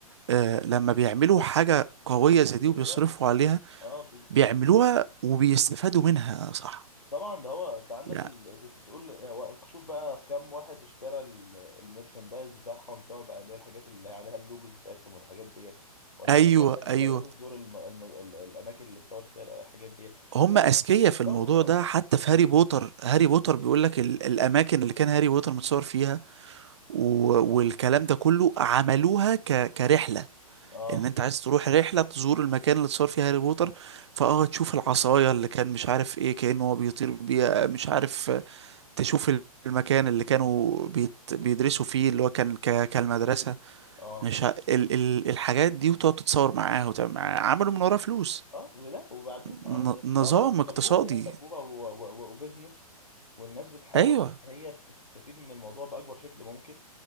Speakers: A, on the right (about 45°); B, on the left (about 80°).
A: آه، لما بيعملوا حاجة قوية زي دي
B: بيعملوها
A: وبيصرفوا عليها
B: اه ب... ب...
A: بيعملوها وبيستفادوا منها صح
B: طبعا ده هو انت عندك
A: يعني
B: ال... زي انت بتقول يعني و- شوف بقى كم واحد اشترى ال- الميرشندايز بتاعهم سواء بقى اللي هي الحاجات اللي عليها اللوجوز بتاعتهم والحاجات ديت ولا
A: ايوه
B: كم واحد
A: ايوه
B: هيروح يزور الم... الم... ال- الاماكن اللي اتصورت فيها الحاجات ديت
A: هم
B: لا لا
A: اذكياء في الموضوع
B: طبعا
A: ده حتى في هاري بوتر هاري بوتر بيقول لك ال- الاماكن اللي كان هاري بوتر متصور فيها و- والكلام ده كله عملوها ك... كرحله
B: اه اه
A: ان انت عايز تروح رحله تزور المكان اللي اتصور فيه هاري بوتر فاه تشوف العصايه اللي كان مش عارف ايه كانه هو بيطير بيها مش عارف تشوف ال- المكان اللي كانوا بيت... بيدرسوا فيه اللي هو كان ك... كالمدرسه
B: اه
A: مش ه... ال... ال... الحاجات دي وتقعد تتصور معاها وتعمل معاها عملوا من وراها فلوس
B: اه لا وبعدين
A: ن...
B: اه ده
A: نظام
B: اه
A: اقتصادي
B: سبوبه هي سبوبه و- و- و- وبزنس والناس بتحاول
A: ايوه
B: ان هي ت- تستفيد من الموضوع باكبر شكل ممكن